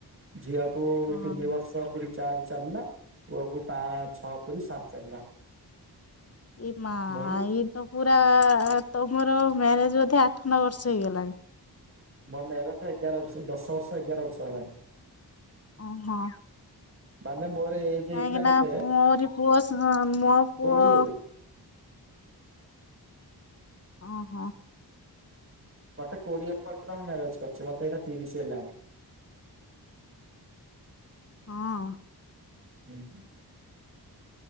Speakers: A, on the right; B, on the left.
A: ଝିଅକୁ
B: ହଁ।
A: ତିନି ବର୍ଷ ପୁରି ଚାରି ଚାଲିଲା ପୁଅକୁ ପାଁ ଛଅ ପୁରି ସାତ ଚାଲିଲା।
B: ଏ ମା
A: ମୁଁ ବି
B: ଇଏ ତ ପୁରା। ତମର ମ୍ୟାରେଜ ବୋଧେ ଆଠ ନଅ ବର୍ଷ ହେଇଗଲାଣି।
A: ମୋ ମ୍ୟାରେଜ ଏଗାର ବର୍ଷ ଦଶ ବର୍ଷ ଏଗାର ବର୍ଷ ହେଲାଣି।
B: ଓହୋ।
A: ମାନେ ମୋର ଏଜ୍
B: କାହିଁକି
A: ହେଇଥିଲା
B: ନା
A: କେତେ?
B: ମୋରି ପୁଅ ସ ମୋ ପୁଅ!
A: କୋଡିଏରୁ
B: ଓ ହୋ।
A: ମତେ କୋଡ଼ିଏ <unintelligible> ମ୍ୟାରେଜ କରିଛି ମତେ ଏଇନା ତିରିଶି ହେଲାଣି।
B: ହଁ।
A: ହୁଁ ହ।